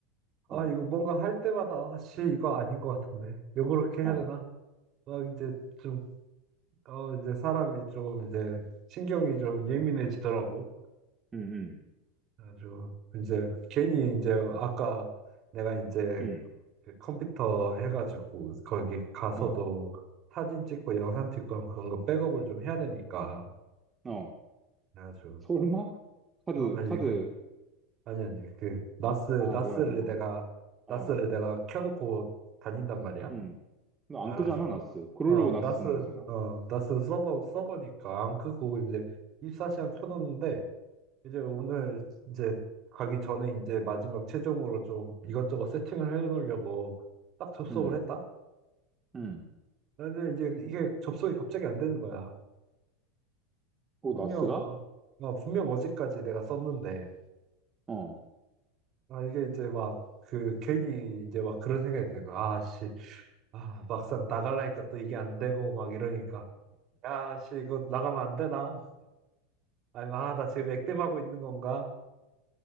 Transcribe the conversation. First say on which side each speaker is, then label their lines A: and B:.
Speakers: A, on the right; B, on the right.
A: 아
B: 어,
A: 이거 뭔가 할 때마다 아씨 이거 아닌 것 같은데 요 그렇게 해야
B: 어.
A: 되나? 막 이제 좀 어 이제 사람이 좀 이제 신경이 좀 예민해지더라고.
B: 음, 음.
A: 아주 이제 괜히 이제 아까 내가 이제
B: 응,
A: 그 컴퓨터 해가지고 거기 가서도
B: 어,
A: 사진 찍고 영상 찍고 하면 그런 거 백업을 좀 해야 되니까
B: 어.
A: 그래가지고
B: 설마? 카드,
A: 아 아니
B: 카드.
A: 그 아니 아니 그 나스
B: 아,
A: 나스를
B: 그건 아니고.
A: 내가 나스를
B: 어,
A: 내가 켜놓고 다닌단 말이야.
B: 응. 너
A: 그래가지고
B: 안 끄잖아, 나스. 그러려고
A: 어
B: 나스
A: 나스
B: 쓰는 거잖아.
A: 어 나스 서버 서버니까 안 끄고 이제 2사시간 켜놓는데 이제 오늘 이제 가기 전에 이제 마지막 최종으로 좀 이것저것 세팅을 해놓으려고 딱 접속을
B: 응,
A: 했다.
B: 응.
A: 근데 이제 이게 접속이 갑자기 안 되는 거야.
B: 어,
A: 분명
B: 나스가?
A: 어, 분명 어제까지 내가 썼는데
B: 어.
A: 아 이게 이제 막 그 괜히 이제 막 그런 생각이 들고 아씨 아 막상 나갈라니까 또 이게 안 되고 막 이러니까 야씨 이거 나가면 안 되나? 아니, 아, 나 지금 액땜하고 있는 건가?